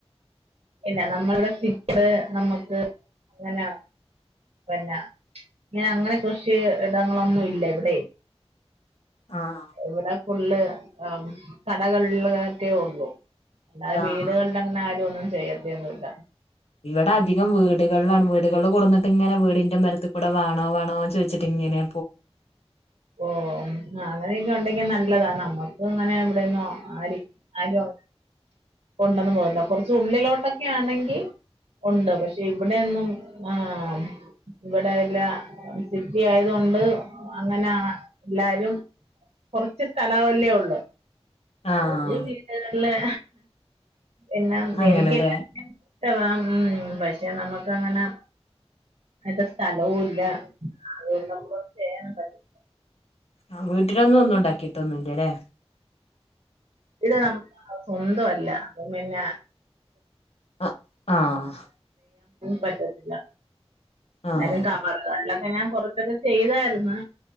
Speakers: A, on the right; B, on the left.
A: ഇല്ല നമ്മള ഇവിടെ ത്തി നമ്മുക്ക് അങ്ങനെ പിന്നെ ഇങ്ങനെ അങ്ങനെ കൃഷി ഇടങ്ങളൊന്നും ഇല്ല ഇവിടെ
B: ആഹ്
A: ഇവിടെ ഫുള്ള്. ആ കടകൾലൊക്കെ ഒള്ളൂ അല്ലാതെ
B: ആഹ്
A: വീടുകളിൽ അങ്ങനെ ആരുമൊന്നും ചെയ്യത്തൊന്ന്ല്ല
B: വിടെ അധികം വീടുകൾലാണ് വീടുകൾ കൊടുന്നിട്ട് ങ്ങനെ വീടിന്റെമ്മരത്ത് കൂടെ വേണോ വേണോന്ന് ചോദിച്ചിട്ട്ങ്ങനെ
A: ഓ അങ്ങനെയൊക്കെ ഒണ്ടെങ്കിൽ നല്ലതാ നമ്മൾക്ക് അത് അങ്ങനെ ഇവിടൊന്നും ആര് ആരും കൊണ്ടൊന്നുംപോകില്ല കൊർച്ച് ഉള്ളിലോട്ടൊക്കെ ആണെങ്കിൽ ഉണ്ട് പക്ഷെ ഇവിടെയന്നും ആഹ ഇവിടെ എല്ല സിറ്റി ആയത് കൊണ്ട് അങ്ങനെ എല്ലാരും കൊറച്ചു സ്ഥലം അല്ലെ ഉള്ളു
B: ആഹ്
A: അവരെ വീട്ട അല്ലെ എന്നാ
B: അങ്ങനെല്ലേ
A: എനിക്ക് ഇ ഉ പക്ഷെ നമക്ക് അങ്ങനെ അറ്റ സ്ഥലവും ഇല്ല അത നമ്മോ ചെയ്യാനും പറ്റില്ല
B: ആ വീട്ടിലൊന്നും ഒന്നും ഉണ്ടാക്കിട്ടൊന്നും ഇല്ലാലെ
A: ഇവിടെ നമ്മ സ്വന്ത അല്ല അപ്പ പിന്ന
B: ആഹ ആഹ
A: പറ്റത്തില്ല എല്ലാലും
B: ആഹ്
A: കാപ്പാ <unintelligible> ഞാൻ കൊറച്ചൊക്കെ ചെയ്തായിരുന്നു